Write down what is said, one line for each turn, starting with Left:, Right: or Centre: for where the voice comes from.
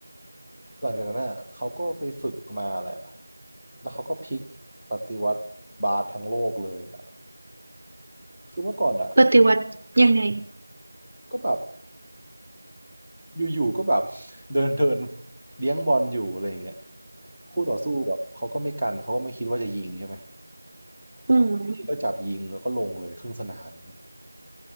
Centre: หลังจากนั้นอ่ะเขาก็ไปฝึกมาแหละแล้วเขาก็พลิกปฏิวัติบาสทั้งโลกเลยอ่ะคือเมื่อก่อนอ่ะ
Right: ปฏิวัติยังไง
Centre: ก็แบบอยู่ๆก็แบบ <laughs> เดินเดินเลี้ยงบอลอยู่อะไรอย่างเงี้ยคู่ต่อสู้แบบเขาก็ไม่กันเขาก็ไม่คิดว่าจะยิงใช่ไหม
Right: อืม
Centre: พี่ก็จับยิงแล้วก็ลงเลยครึ่งสนามอย่างเงี้ย